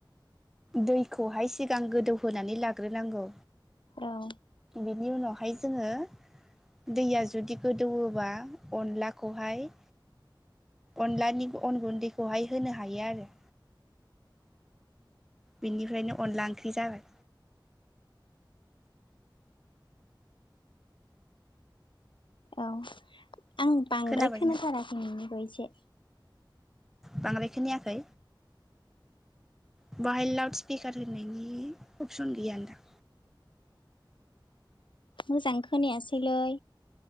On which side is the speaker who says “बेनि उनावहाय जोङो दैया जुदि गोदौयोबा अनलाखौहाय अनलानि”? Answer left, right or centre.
Centre